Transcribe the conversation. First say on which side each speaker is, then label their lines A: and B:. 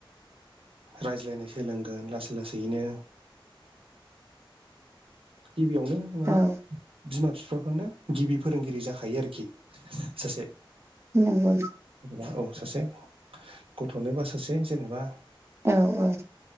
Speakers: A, on the right; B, on the right.
A: रायज्लायनाय सोलोंगोन लासै लासैयैनो गिबियावनो माने
B: औ औ
A: बिमा बिफाफ्रानो गिबि फोरोंगिरि जाखायो आरोखि सासे
B: नांगौ
A: जेनेबा औ सासे गथ'नोबा सासे जेनेबा
B: औ औ